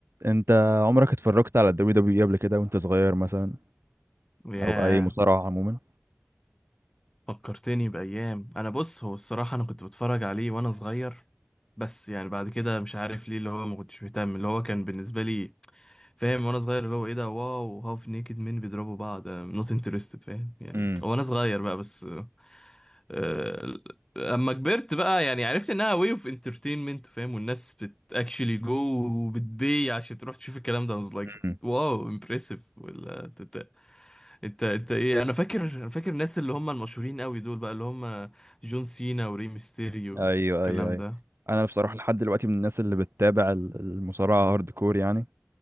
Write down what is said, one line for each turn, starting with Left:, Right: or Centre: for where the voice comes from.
Right: انت عمرك اتفرجت على الدبليو دبليو اي قبل كده وانت صغير مثلا
Left: ياه
Right: او اي مصارعة عموما
Left: فكرتني بأيام أنا بص هو الصراحة أنا كنت بتفرج عليه وأنا صغير بس يعني بعد كده مش عارف ليه اللي هو ما كنتش مهتم اللي هو كان بالنسبة لي فاهم وأنا صغير اللي هو إيه ده واو هاف نيكد مين بيضربوا بعض نوت انترستد فاهم يعني
Right: امم
Left: وأنا صغير بقى بس آه، أما كبرت بقى يعني عرفت إنها واي أوف انترتينمنت فاهم والناس بت اكشلي جو وبتبي عشان تروح تشوف الكلام ده I was like
Right: <laughs> أمم.
Left: واو امبرسيف ولا انت انت ايه انا فاكر انا فاكر الناس اللي هم المشهورين قوي دول بقى اللي هم جون سينا وري ميستيريو
Right: ايوه
Left: والكلام
Right: ايوه ايوه
Left: ده
Right: انا بصراحة لحد دلوقتي من الناس اللي بتتابع ال- المصارعة هارد كور يعني